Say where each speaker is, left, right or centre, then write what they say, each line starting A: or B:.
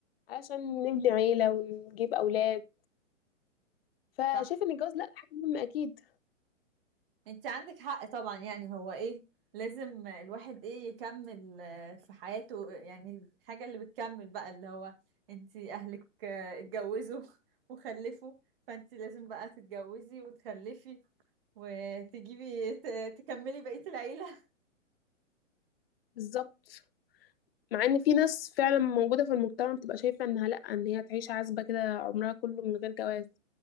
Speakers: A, on the left (about 45°); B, on the right (about 45°).
A: عشان نبني عيلة ونجيب اولاد
B: <laughs>
A: فشايف
B: صح
A: ان الجواز لا حاجة مهمة اكيد
B: انت عندك حق طبعا يعني هو ايه لازم الواحد ايه يكمل آه، في حياته يعني الحاجة اللي بتكمل بقى اللي هو انت اهلك آه، اتجوزوا <laughs> وخلفوا فانت لازم بقى تتجوزي وتخلفي وتجيبي ت- تكملي بقية العيلة
A: بالظبط مع ان في ناس فعلا موجودة في المجتمع بتبقى شايفة انها لا ان هي تعيش عزبة كده عمرها كله من غير جواز